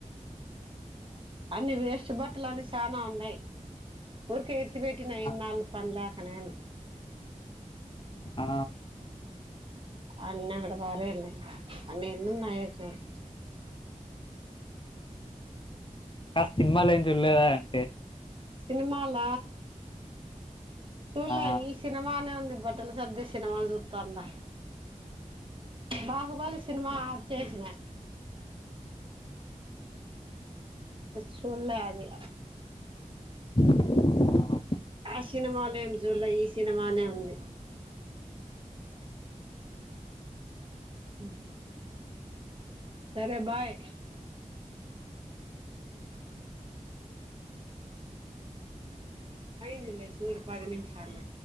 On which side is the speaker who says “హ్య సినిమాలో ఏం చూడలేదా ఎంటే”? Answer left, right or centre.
Left